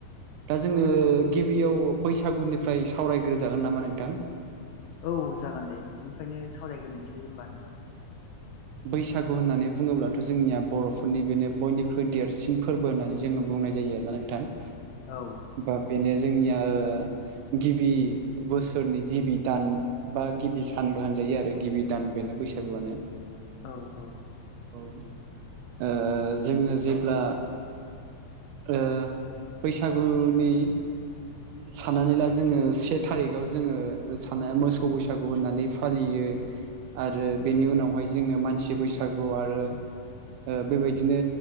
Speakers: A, on the right; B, on the left.
A: दा जोङो गिबियाव बैसागुनिफ्राय सावरायग्रोजागोन नामा नोंथां?
B: औ जागोन दे बेनिफ्रायनो सावरायग्रोनोसै होमबा नोंथां
A: बैसागु होननानै बुङोब्लाथ' जोंनिया बर'फोरनि बेनो बयनिख्रुइ देरसिन फोरबो होननानै जोङो बुंनाय जायो ना नोंथां
B: औ
A: बा बेनो जोंनिया ओ गिबि बोसोरनि गिबि दान बा गिबि सानबो होनजायो आरो गिबि दान बेनो बैसागुआनो
B: औ औ
A: ओ जोङो जेब्ला ओ बैसागुनि साननानै ला जोङो से थारिखाव जोङो सान <unintelligible> मोसौ बैसागु होननानै फालियो आरो बेनि उनावहाय जोङो मानसि बैसागु आरो ओ बेबायदिनो